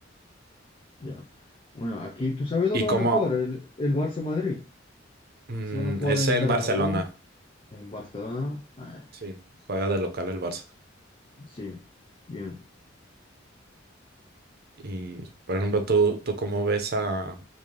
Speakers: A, on the left (about 30°); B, on the right (about 55°).
A: Ya. Bueno, aquí, ¿tú sabes dónde
B: Y como
A: van a jugar el, el Barça Madrid?
B: mm,
A: Se van a jugar
B: es
A: en
B: en
A: Bernabéu,
B: Barcelona,
A: en Barcelona. Ah,
B: sí, juega de local el Barça.
A: sí, bien.
B: Y, por ejemplo, ¿tú, tú cómo ves a,